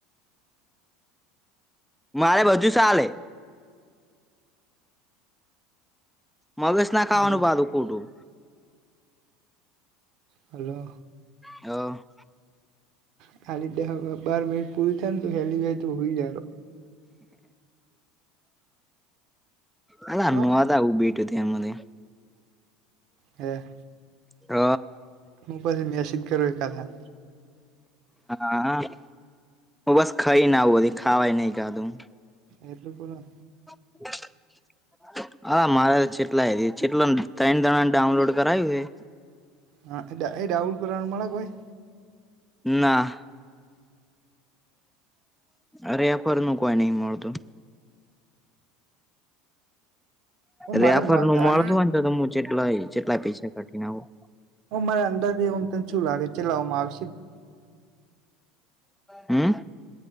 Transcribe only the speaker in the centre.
મારે બધુ ચાલે મગજ ના ખાવાનું
પાધું ખોટું
હ
<unintelligible>
તા ઉભી ત થેમને
હ
હા હા હું બસ ખાઈને આવું ખાવાય નહી ખાધું.
<inaudible> આં મારા ચેટલાય ચેટલો ન ત્રણ જણાને ડાઉનલોડ કરાયવું હે
ના અરે એ ફર નું કોઈ નઈ મળતું.
રેફર
નું મળતું હોને તો તો મુ જેટલું હાઈ જેટલા પૈસા કાઢી નાખું
હમ